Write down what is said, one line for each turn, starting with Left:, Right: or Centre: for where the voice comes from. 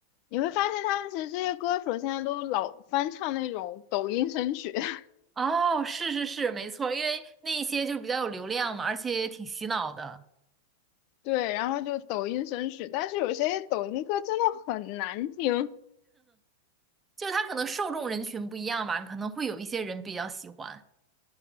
Left: 你会发现他们其实这些歌手现在都老翻唱那种抖音神曲，<laughs>
Right: 哦，是是是，没错，因为那一些就是比较有流量嘛，而且也挺洗脑的，
Left: 对，然后就抖音神曲，但是有些抖音歌真的很难听，
Right: 就它可能受众人群不一样吧，可能会有一些人比较喜欢，